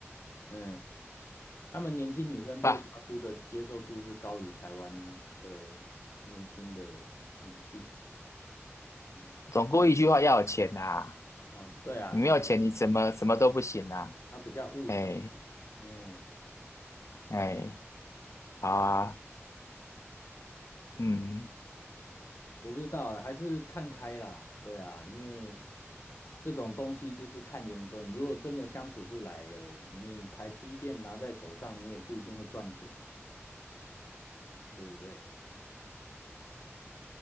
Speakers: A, on the left; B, on the left.
A: 嗯，他们年轻女生对大叔的接受度是高于台湾的年轻的女性。
B: 爸，
A: 嗯，
B: 总归一句话，要有钱呐、
A: 哦，对啊，
B: 你没有钱，你什么什么都不行啊。
A: 他比较务实一点哎
B: 哎哎，好啊，嗯。
A: 我不知道，还是看开啦。对啊，因为这种东西就是看缘分。如果真的相处不来了，你台积电拿在手上，你也不一定会赚钱，对不对？